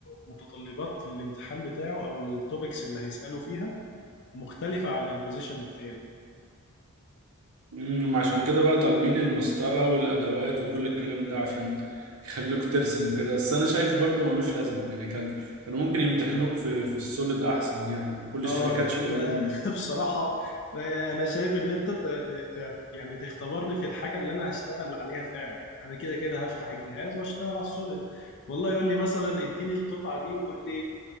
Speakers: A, on the left; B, on the right.
A: متطلبات الامتحان بتاعه أو التوبكس اللي هيسأله فيها مختلفة عن البوزيشن التاني
B: امم عشان كده بقى طالبين المسطرة والادوات وكل الكلام ده عشان يخلوك ترسم وكده بس انا شايف برضو ملوش لازمة يعني كانوا كانوا ممكن يمتحنوك في في السوليد احسن يعني كل
A: اه
B: الشركات
A: يعني
B: شغالة
A: انا
B: بيه
A: <laughs> بصراحه آه، انا شايف ان انت ت- ت- ت- يعني تختبرني في الحاجه اللي انا هشتغل عليها فعلا يعني انا كده كده هفتح الجهاز واشتغل على السوليد والله يقول لي مثلا اديني القطعه دي وقول لي